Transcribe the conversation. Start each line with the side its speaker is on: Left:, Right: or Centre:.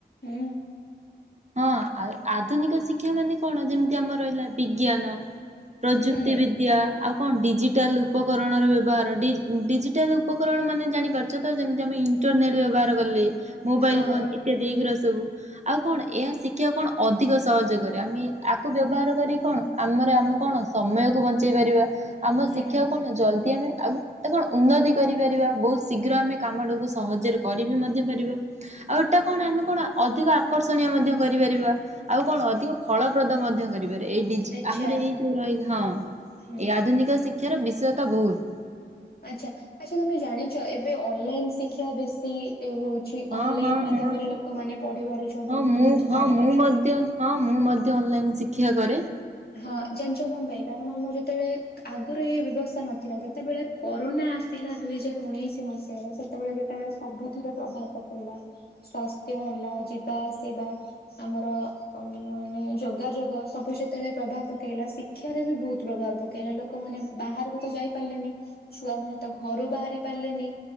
Left: ହୁଁ।
Right: ହଁ ଆ ଆଧୁନିକ ଶିକ୍ଷା ମାନେ କଣ ଯେମିତି ଆମର ରହିଲା ବିଜ୍ଞାନ ପ୍ରଯୁକ୍ତି
Left: ହୁଁ
Right: ବିଦ୍ ଦ୍ୟା ଆଉ କଣ ଡିଜିଟାଲ ଉପକରଣର ବ୍ୟବହାର ଡି ଡିଜିଟାଲ ଉପକରଣ ମାନେ ଜାଣିପାରୁ ଚତ ଇଣ୍ଟରନେଟ୍ ବ୍ୟବହାର କଲେ ମୋବାଇଲ
Left: ହଁ
Right: ଫୋନ ଇତ୍ୟାଦି ଏଇଗୁରା ସବୁ ଆଉ କଣ ଏହା ଶିକ୍ଷିବାକୁ କଣ ଅଧିକ ସହଜ କରେ ଆମେ ଆକୁ ବ୍ୟବହାର କରି କଣ ଆମର ଆମେ କଣ ସମୟକୁ ବଞ୍ଚେଇ ପାରିବା ଆମ
Left: ହୁଁ
Right: ଶିକ୍ଷା କଣ ଜଲଦି ଆମେ ଆଗ ତ କଣ ଉନ୍ନତି କରିପାରିବା ବହୁତ ଶୀଘ୍ର ଆମେ କାମଟାକୁ ସହଜରେ କରିିବି ମଧ୍ୟ ପାରିବା। ଆଉ ଏଇଟା କଣ ଆମେ କଣ ଅଧିକ ଆକର୍ଷଣୀୟ ମଧ୍ୟ କରିପାରିବା ଆଉ କଣ ଅଧିକ ଫଳପ୍ରଦ ମଧ୍ୟ କରିପାରି। ଏଇଡିଜି
Left: ଆଚ୍ଛା
Right: ଆମର ଏଇ ଯୋଉ ରହିଲା ହଁ ଏଇ
Left: ହୁଁ
Right: ଆଧୁନିକ ଶିକ୍ଷାର ବିଷୟତା ବହୁତ
Left: ଆଚ୍ଛା ଆଚ୍ଛା ତମେ ଜାଣିଛ ଏବେ ଅନଲାଇନ ଶିକ୍ଷା ବେଶୀ ଇଏ ହଉଛି
Right: ହଁ
Left: ଅନଲାଇନ
Right: ହଁ
Left: ମାଧ୍ୟମରେ
Right: ହଁ।
Left: ଲୋକମାନେ ପଢି ପାରୁଛନ୍ତି
Right: ହଁ
Left: ସବୁ
Right: ମୁଁ
Left: ଜିନିଷ
Right: ହଁ
Left: ଜାଣି
Right: ମୁଁ
Left: ପାରୁଛନ୍ତି।
Right: ମଧ୍ୟ ହଁ ମୁଁ ମଧ୍ୟ ଅନଲାଇନ ଶିକ୍ଷା କରେ।
Left: ହଁ ଜାଞ୍ଚ କଣ ପାଇଁ କାରଣ ଆମର ଯେତେଳେ ଆଗରୁ ଏଇ ବ୍ୟବସ୍ଥା ନଥିଲା ଯେତେବେଳେ କରୋନା ଆସିଲା ଦୁଇ ହଜାର ଉଣେଇଶି ମସିହାରେ ସେତେବେଳେ ଯେ ତାର ସବୁଥିରେ ପ୍ରଭାବ ପକେଇଲା ସ୍ଵାସ୍ଥ୍ୟ ହେଲା ଯିବା ଆସିବା ଆମର ମାନେ ଯୋଗାଯୋଗ ସବୁ ସେତେଳେ ପ୍ରଭାବ ପକେଇଲା ଶିକ୍ଷାରେ ବି ବହୁତ ପ୍ରଭାବ ପକେଇଲା ଲୋକମାନେ ବାହାରକୁ ତ ଯାଇ ପାରିଲେନି। ଛୁଆମାନେ ତ ଘରୁ ବାହାରି ପାରିଲେନି